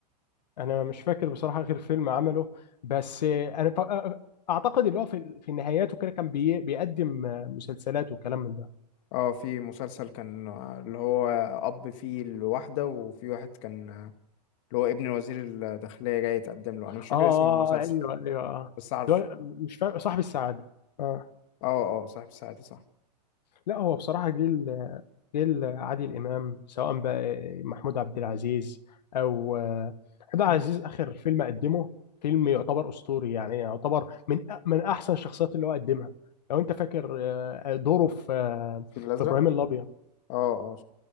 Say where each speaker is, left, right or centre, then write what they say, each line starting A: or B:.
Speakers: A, on the left; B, on the left.
A: انا مش فاكر بصراحه غير فيلم عمله بس انا فا- اعتقد اللي هو في في النهايات وكده كان بي بيقدم مسلسلات وكلام من ده
B: اه في مسلسل كان آه، اللي هو اب فيه الواحدة وفي واحد كان آه، اللي هو ابن وزير الداخلية جاي يتقدم له انا
A: اه
B: مش فاكر
A: آه،
B: اسم المسلسل
A: آه، ايوه ايوه اه
B: بس عارف
A: ده مش فاكر صاحب السعاده اه
B: اه اه صاحب الساعة صح
A: لا هو بصراحه جيل جيل عادل امام سواء بقى محمود عبد العزيز او آه، عبد العزيز
B: مم.
A: اخر فيلم قدمه فيلم يعتبر اسطوري يعني يعتبر من من احسن الشخصيات اللي هو قدمها لو انت فاكر آه، دوره في آه،
B: في الازرق
A: في ابراهيم الابيض
B: اه اه اه